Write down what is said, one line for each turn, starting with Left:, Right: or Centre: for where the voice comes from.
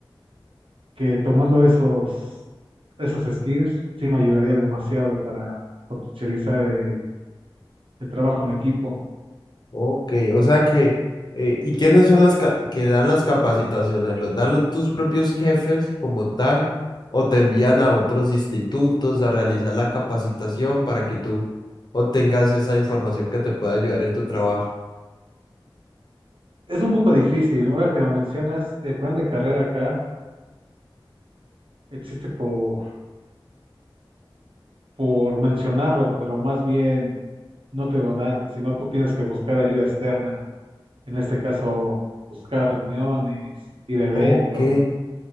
Right: que tomando esos, esos skills sí me ayudaría demasiado para potencializar el, el trabajo en equipo.
Left: Ok, o sea que, eh, ¿y quiénes son las ca- que dan las capacitaciones? ¿Los dan tus propios jefes como tal? ¿O te envían a otros institutos a realizar la capacitación para que tú obtengas esa información que te pueda ayudar en tu trabajo?
Right: Es un poco difícil, ¿no? ahora que lo mencionas, el plan de carrera acá existe por, por mencionarlo, pero más bien no te lo dan, sino tú tienes que buscar ayuda externa. En este caso, buscar reuniones, ir a eventos
Left: Ok,